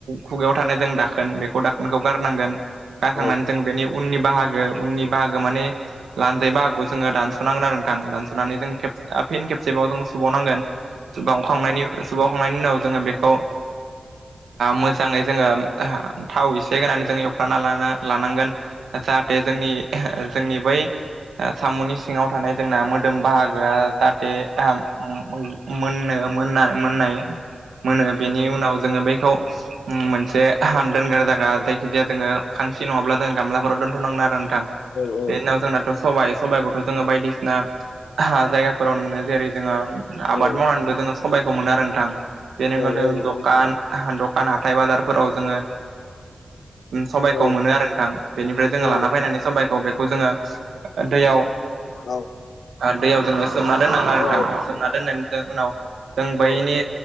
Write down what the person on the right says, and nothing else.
खुगायाव थानाय जों दाखोन बे गडानखौ गारनांगोन गारखांनानै
जों बेनि उननि बाहागो उननि बाहागो माने लान्जै मागखौ जोङो दानस'नांगोन आरो नोंथां दानस'नानै जों फन खेब जेबाव जों सुबावनांगोन बा अखांनायनि सावखांनायनि उनाव जोङो बेखौ मोजाङै जोङो थाव एसे होनानै जों एवफ्राना लानांगोन जाहाथे जोंनि जोंनि बै साम'नि सिङाव थानाय जोंना मोदोम बाहागोआ दे मोननो मोन मोननाय मोनो बेनि उनाव जोङो बेखौ मोनसे दोनग्रा जाग्रा जाय जि जजाया जोङो खांसि नङाब्ला जोङो गामलाफोराव दोनथ'नांगोन आरो नोंथां
बे उनाव जोंना सबाइ सबाइखौथ' जोङो बायदिसिना जायगाफोरावनो मोनो जेरै जोङो आबाद
मावनानैबो जोङो सबबायखौ मोनो आरो नोंथां बेनि
अनगा
दखान दखान हाथथाय बाजारफोराव जोङो सबबायखौ
मोनो आरो नोंथां बेनिफ्राय जोङो
लाना फैनानै सबाइखौ बेखौ जोङो दैयाव
दैयाव जोङो सोमना दोननााङा आरो
थां सोम दोननानै जों उनाव जों बैनि